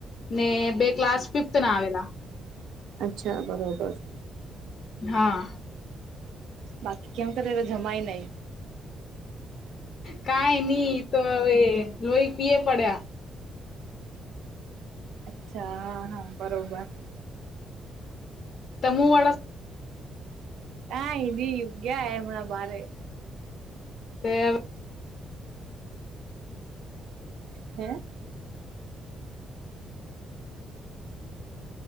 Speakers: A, on the left (about 45°); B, on the right (about 80°).
A: ને બે ક્લાસ ફિફ્થ ના આવેલા
B: અચ્છા બરોબર
A: હા
B: બાકી કેમ કરે એ તો જમાય નહિ-
A: કઈ નહી તો હવે લોહી પીએ પડ્યા
B: અચ્છા હા હા બરોબર
A: તમુઓળ
B: કય ની એ ગયા હમણાં બારે <inaudible>
A: વાળા
B: હે